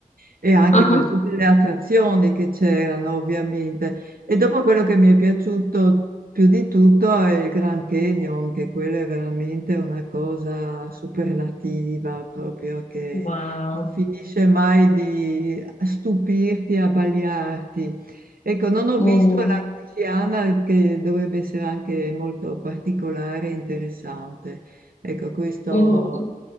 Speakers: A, on the right; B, on the left.
A: e anche
B: Ajá.
A: per tutte le attrazioni che c'erano, ovviamente. E dopo quello che mi è piaciuto più di tutto è il Grand Canyon, che quello è veramente una cosa superlativa, proprio che
B: Wow.
A: non finisce mai di stupirti, abbagliarti. Ecco, non ho
B: Uh,
A: visto la Louisiana che dovrebbe essere anche molto particolare e interessante. Ecco, questo,
B: uh, uh.